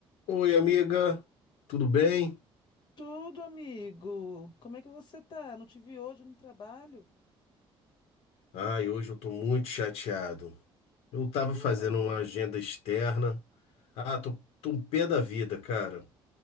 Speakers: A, on the left; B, on the left.
A: Oi, amiga, tudo bem?
B: Tudo, amigo. Como é que você tá? Não te vi hoje no trabalho?
A: Ai, hoje eu tô muito chateado. Eu tava
B: O que que
A: fazendo
B: houve?
A: uma agenda externa. Ah, tô, tô um pé da vida, cara.